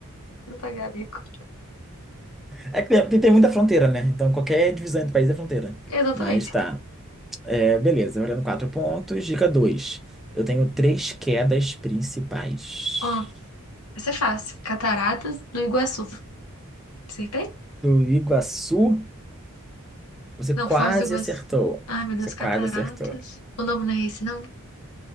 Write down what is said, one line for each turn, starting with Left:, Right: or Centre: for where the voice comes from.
Left: Não pagar mico.
Centre: É que tem, tem muita fronteira, né? Então qualquer divisão entre países é fronteira.
Left: Exatamente.
Centre: Mas tá. É, beleza, valendo 4 pontos. Dica dois Eu tenho três quedas principais.
Left: Ó, essa é fácil. Cataratas do Iguaçu. Acertei?
Centre: Do Iguaçu, você
Left: Não,
Centre: quase
Left: Foz do Iguaçu.
Centre: acertou.
Left: Ai, meu Deus,
Centre: Você quase
Left: cataratas.
Centre: acertou.
Left: O nome não é esse, não?